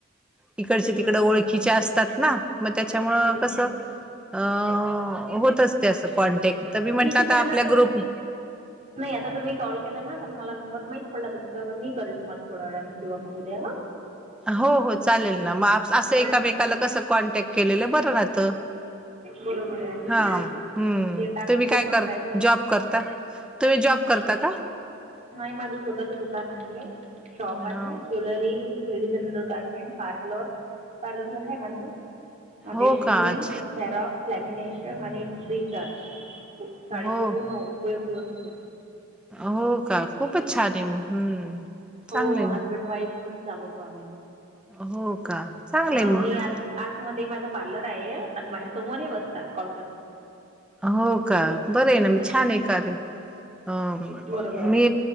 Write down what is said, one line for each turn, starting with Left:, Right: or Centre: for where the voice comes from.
Centre: इिकडची
Right: बरोबर
Centre: तिकडची
Right: आहे
Centre: ओळखीऽ खिच्या असतात ना मग त्याच्यामुळं
Right: बरोबर
Centre: कसं अ होतच तस कॉन्टॅक्ट तर मी म्हंटलं
Right: ठीकच
Centre: तर
Right: आहे
Centre: आपल्या
Right: ना आता
Centre: ग्रुप आहे
Right: नाही आता तुम्ही कॉल केला ना तर मला नंबर माहित तुमचा मी करन तुम्हाला थोड्या वेळाने किंवा मग उद्याा
Centre: हो हो चालेल ना मग असं
Right: कारण
Centre: एकामेकाला कसं कॉन्टॅक्ट केलेलं बरं राहत
Right: बरोबर आहे
Centre: हा हम्म
Right: ते टास्क
Centre: तुम्ही
Right: पूर्ण
Centre: काय करता
Right: करायचं आहे ना
Centre: जॉब करता तुम्ही जॉब करता का
Right: नाही माझं स्वतःच दुकान आहे शॉप
Centre: हा
Right: आहे jewellery ladies general garment parlour parlour मोठा आहे माझं
Centre: हो
Right: स्टेशनरी
Centre: का अच्छा
Right: झेरॉक्स लेमिनेशन आणि रिचार्ज शाळेची
Centre: हो
Right: पूर्ण उपयोगी वस्तू
Centre: हो का खूपच छान आहे हम्म
Right: हो
Centre: चांगले नाही
Right: हजबंड वाईफ म्हणून चालवतो आम्ही
Centre: हो का चांगलंय
Right: आम्ही
Centre: मग
Right: हा हि एप आत मध्ये माझा पार्लर आहे आणि बाहेर समोर हे रस्ता कॉर्न
Centre: हो का. बरं आहे ना. मग
Right: हम्म,
Centre: छान आहे कार्य अ हो हो.
Right: बरोबर आहे
Centre: मी